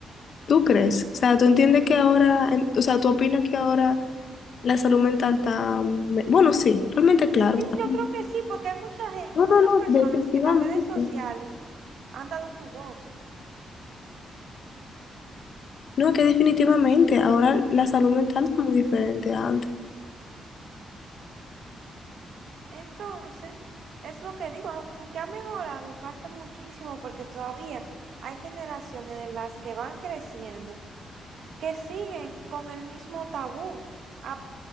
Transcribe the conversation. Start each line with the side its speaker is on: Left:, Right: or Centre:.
Left: ¿Tú crees? O sea, ¿tú entiendes que ahora, en- o sea, tú opinas que ahora la salud mental está, me- bueno, sí, realmente claro.
Right: Sí,
Left: está-
Right: yo creo que sí, porque hay mucha, gen-
Left: No,
Right: muchas
Left: no, no,
Right: personas
Left: definitivamente.
Right: que las redes sociales han dado su voz.
Left: No, que definitivamente ahora la salud mental está muy diferente a antes.
Right: Entonces, es lo que digo, aunque ha mejorado, falta muchísimo porque todavía hay generaciones de las que van creciendo que siguen con el mismo tabú a